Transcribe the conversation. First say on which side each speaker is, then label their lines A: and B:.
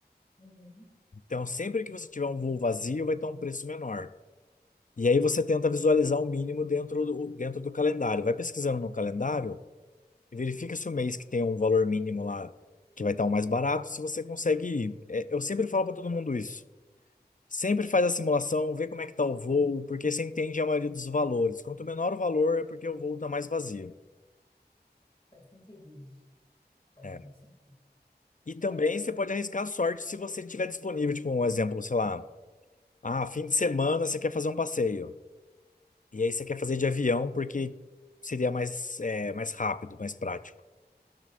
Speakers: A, on the left; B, on the left.
A: Uhum.
B: Então, sempre que você tiver um voo vazio, vai estar um preço menor. E aí você tenta visualizar o mínimo dentro do, dentro do calendário. Vai pesquisando no calendário e verifica se o mês que tem um valor mínimo lá, que vai estar o mais barato, se você consegue ir. É, eu sempre falo para todo mundo isso. Sempre faz a simulação, vê como é que tá o voo, porque você entende a maioria dos valores. Quanto menor o valor, é porque o voo tá mais vazio.
A: Faz sentido isso. Faz
B: É.
A: muito sentido.
B: E também
A: É,
B: você pode arriscar a sorte se você tiver disponível, tipo um exemplo, sei lá, ah, fim de semana você quer fazer um passeio. E aí você quer fazer de avião porque seria mais, é, mais rápido, mais prático.